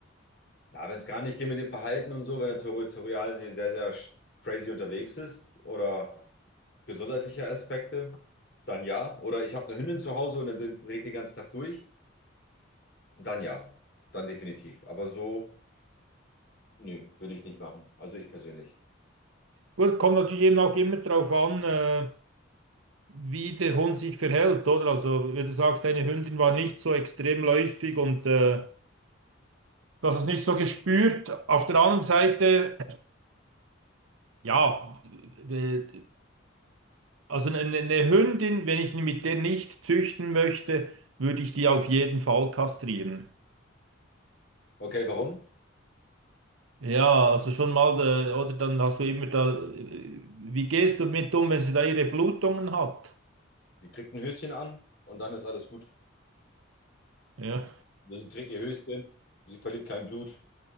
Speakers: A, on the left (about 55°); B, on the right (about 85°).
A: Ja, wenn es gar nicht geht mit dem Verhalten und so, wenn er territorial sehr, sehr sch- crazy unterwegs ist oder Gesundheitliche Aspekte, dann ja. Oder ich habe eine Hündin zu Hause und dann dreht den ganzen Tag durch, dann ja. Dann definitiv. Aber so, nö, würde ich nicht machen. Also ich persönlich.
B: Gut, kommt natürlich eben auch immer darauf an, äh, wie der Hund sich verhält, oder? Also, wenn du sagst, deine Hündin war nicht so extrem läufig und äh, du hast es nicht so gespürt. Auf der anderen Seite. Ja, äh, also eine, eine Hündin, wenn ich mit der nicht züchten möchte, würde ich die auf jeden Fall kastrieren.
A: Okay, warum?
B: Ja, also schon mal, äh, oder dann hast du immer da, äh, wie gehst du mit um, wenn sie da ihre Blutungen hat?
A: Die kriegt ein Höschen an und dann ist alles gut.
B: Ja,
A: Sie trägt ihr Höschen, sie verliert kein Blut.